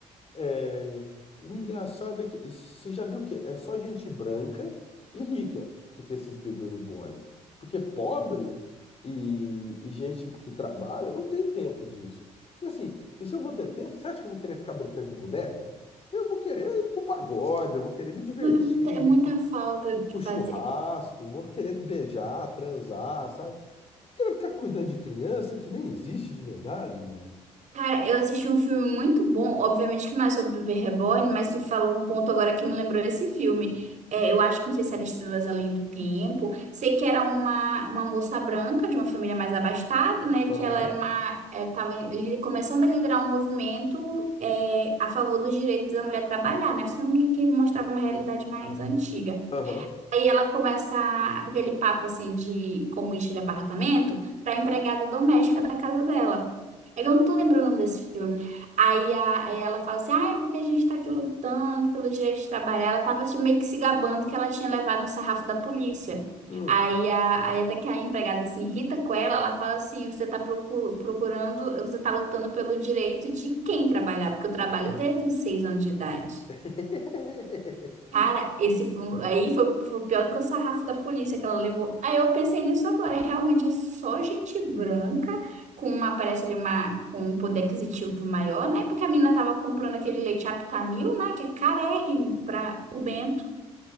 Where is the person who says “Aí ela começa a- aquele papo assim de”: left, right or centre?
Right